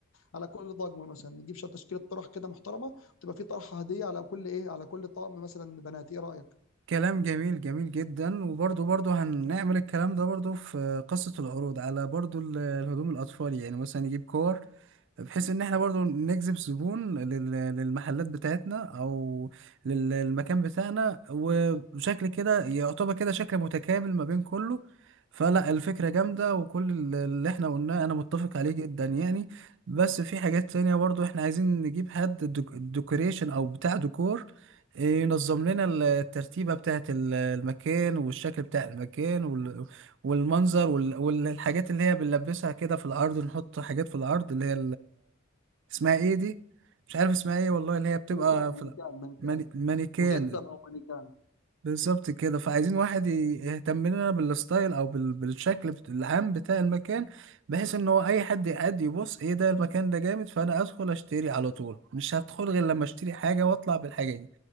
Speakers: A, on the left; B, on the right.
A: على كل طقم مثلا نجيب شويه تشكيله طرح كده محترمه تبقى في طرحه هديه على كل ايه على كل طقم مثلا بنات ايه رايك
B: كلام جميل جميل جدا وبرضه برضه هنعمل الكلام ده برضه في قصة العروض على برضه ال- الهدوم الأطفال يعني مثلا نجيب كور بحيث ان احنا برضو نجذب زبون لل- للمحلات بتاعتنا او لل- للمكان بتاعنا وشكل كده يعتبر كده شكل متكامل ما بين كله فلا الفكرة جامدة وكل ال- اللي احنا قلناه انا متفق عليه جدا يعني بس في حاجات تانية برضو احنا عايزين نجيب حد دوك- ديكوريشن او بتاع ديكور إيه، ينظم لنا ال- الترتيبة بتاعت ال- المكان والشكل بتاع المكان وال- والمنظر وال- والحاجات اللي هي بنلبسها كده في الأرض نحط حاجات في الأرض اللي هي اسمها ايه دي مش عارف اسمها ايه والله اللي هي بتبقى
A: مانيكان
B: في
A: مانيكان مانيكان
B: ماني... مانيكان
A: مجسم او مانيكان
B: بالظبط كده فعايزين واحد ي- يهتم لنا بالستايل او بال... بالشكل بت... العام بتاع المكان بحيث ان هو اي حد يقعد يبص ايه ده المكان ده جامد فانا ادخل اشتري على طول مش هدخل غير لما اشتري حاجة واطلع بالحاجة دي